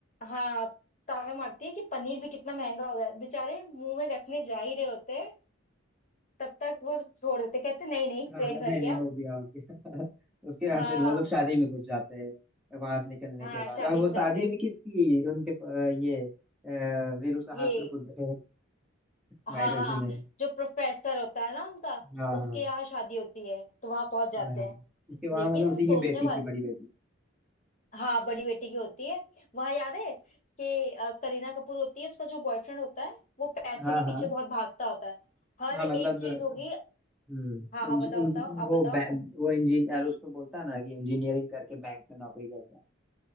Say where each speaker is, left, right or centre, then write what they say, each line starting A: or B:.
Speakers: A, on the left; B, in the centre.
A: हाँ ताना मारती है कि पनीर भी कितना महंगा हो गया है। बेचारे मुंह में रखने जा ही रहे होते हैं तब तक वो छोड़ देते कहते नहीं नहीं
B: हाँ
A: पेट
B: नहीं
A: भर गया
B: नहीं हो गया हो गया <laughs> उसके बाद
A: हाँ
B: फिर वो लोग शादी में घुस जाते हैं वहां से निकलने
A: हाँ
B: के बाद
A: शादी
B: और वो
A: में
B: शादी
A: जाते हैं
B: भी किसकी है? उनके अ, ये अ, वीरू सहस्त्र
A: ये
B: बुद्ध है
A: हाँ
B: वायरस जी
A: हाँ
B: ने हाँ
A: जो प्रोफेसर होता है ना उनका
B: हाँ
A: उसके यहाँ शादी होती है तो वहां पहुंच जाते
B: हाँ हाँ।
A: हैं
B: उसके वहां
A: लेकिन
B: मतलब उसी
A: सोचने
B: की बेटी
A: वाले
B: की बड़ी बेटी
A: हाँ बड़ी बेटी की होती है वहां याद है कि अ, करीना कपूर होती है उसका जो बॉयफ्रेंड होता है वो पैसे
B: हाँ
A: के पीछे
B: हाँ
A: बहुत भागता होता है हर
B: हाँ
A: एक
B: मतलब
A: चीज होगी
B: हम्म
A: हाँ हाँ
B: इंज,
A: बताओ
B: इंज,
A: बताओ आप
B: वो
A: बताओ
B: बै- वो इंजीनियर उसको बोलता है ना कि इंजीनियरिंग करके बैंक में नौकरी कर रहा है